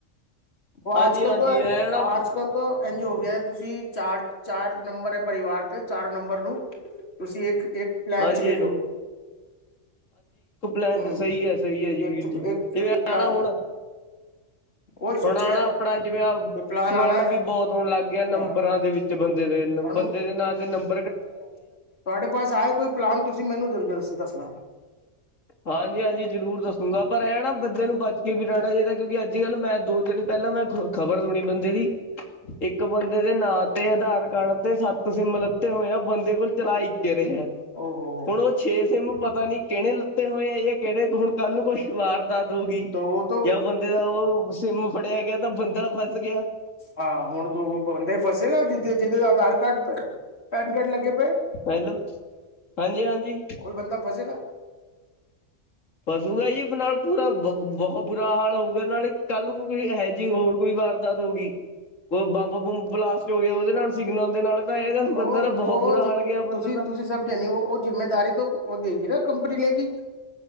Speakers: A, on the left (about 55°); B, on the left (about 75°).
A: ਉਹ
B: ਹਾਂਜੀ
A: ਅੱਜ-ਕੱਲ
B: ਹਾਂਜੀ
A: ਤੋ
B: ਐ ਨਾ
A: ਅੱਜ-ਕੱਲ ਤੋਂ ਇੰਝ ਹੋ ਗਿਆ ਤੁਸੀਂ,, ਚਾਰ- ਚਾਰ ਨੰਬਰ ਹੈ ਪਰਿਵਾਰ ਤੇ ਚਾਰੋ ਨੰਬਰ ਨੂੰ ਤੁਸੀਂ ਇੱਕ ਇੱਕ ਪਲੈਨ ਚ
B: ਹਾਂਜੀ-ਹਾਂਜੀ।
A: ਲੈ ਲਓ
B: ਪਲੈਨ
A: ਹਮ
B: ਤੇ ਸਹੀ ਹੈ, ਸਹੀ ਹੈ ਜੀ ਵੀਰ
A: ਇੱਕ
B: ਜੀ। ਜਿਵੇਂ
A: ਪਲਾਨ
B: ਆਣਾ ਹੁਣ
A: ਉਹੀ ਸੋਚ
B: ਹੁਣ ਆ
A: ਰਿਹਾ
B: ਨਾ ਆਪਣਾ ਜਿਵੇਂ
A: ਕੋਈ ਪਲਾਨ
B: ਫਰੋਡ
A: ਆਉਣਾ
B: ਵੀ ਬਹੁਤ ਹੋਣ ਲੱਗ ਗਿਆ ਨੰਬਰਾਂ
A: ਹਾਂ
B: ਦੇ ਵਿੱਚ ਬੰ <unintelligible>
A: ਉਹਨੂੰ ਤੁਹਾਡੇ ਪਾਸ ਆਏ ਕੋਈ ਪਲਾਨ ਤੁਸੀਂ ਮੈਨੂੰ ਦੱਸਣਾ-
B: ਹਾਂਜੀ-ਹਾਂਜੀ ਜ਼ਰੂਰ ਦੱਸੂੰਗਾ ਪਰ ਇਹ ਨਾ ਬੰਦੇਿਆਂ ਨੂੰ ਬੱਚ ਕੇ ਵੀ ਰਹਿਣਾ ਚਾਹੀਦਾ ਕਿਉਂਕਿ ਅੱਜ-ਕੱਲ੍ਹ ਮੈਂ ਦੋ ਤਿੰਨ ਪਹਿ ਪਹਿਲਾਂ ਮੈਂ ਖ਼ਬਰ ਸੁਣੀ ਬੰਦੇ ਦੀ ਇੱਕ ਬੰਦੇ ਦੇ ਨਾਂ ਤੇ ਆਧਾਰ ਕਾਰਡ ਤੇ ਸੱਤ ਸਿੰਮ ਲੱਤੇ ਹੋਏ ਆ ਬੰਦੇ ਕੋਲ ਚਲਾ ਇੱਕੇ ਰਿਹਾ
A: ਓਹੋ
B: ਹੁਣ ਉਹ ਛੇ ਸਿੰਮ ਪਤਾ ਨੀ ਕਿਹੜੇ- ੱਤੇ ਹੋਏ ਇਹ ਕਿਹੜੇ ਹੁਣ ਕੱਲ੍ਹ ਨੂੰ ਕੋਈ ਸ਼ਮਾਰ ਦਾਤ ਹੋ ਗਈ
A: ਤਾਂ ਉਹ ਤਾਂ
B: ਜਾਂ ਬੰਦੇ ਦਾ ਉਹ ਸਿੰਿਮ ਫੜਿਆ ਗਿਆ ਤਾਂ ਬੰਦਾ ਫਸ ਗਿਆ।
A: ਹਾਂ ਹੁਣ ਤੂੰ ਉਹ ਬੰਦੇ ਫਸੇਗਾ ਜਿ ਜਿਹਦੇ ਆਧਾਰ ਕਾਰਡ ਪੈਨ ਗਟ ਲੱਗੇ ਪਏ
B: ਹੈਲੋ ਹਾਂਜੀ-ਹਾਂਜੀ।
A: ਕੋਈ ਬੰਦਾ ਫਸੇਗਾ।
B: ਫਸੂਗਾ ਜੀ ਨਾਲ ਪੂਰਾ ਬ ਬਹੁ ਬੁਰਾ ਹਾਲ ਹੋਊਗਾ ਨਾਲੇ ਕੱਲ ਹੈ ਜੀ ਹੋਰ- ਕੋਈ ਵਾਰਦਾਤ ਹੋ ਗਈ ਕੋਈ ਬੰਬ-ਬੁੰਬ ਬਲਾਸਟ ਹੋ ਗਿਆ ਉਹਦੇ ਨਾਲ ਸਿਗਨਲ ਦੇ ਨਾਲ ਤਾਂ ਇਹ
A: ਤੋ
B: ਬੰਦਾ ਦਾ
A: ਉਹ
B: ਬਹੁਤ ਬੁਰਾ ਹਲ ਗਿਆ
A: ਤੁਸੀਂ
B: ਬੰਦੇ ਦਾ-
A: ਤੁਸੀਂ ਸਮਝੇ ਨੀ ਉਹ ਜਿੰਮੇਦਾਰੀ ਉਹ ਦੇਗੀ ਨਾ ਕੰਪਨੀ ਲੇਗੀ।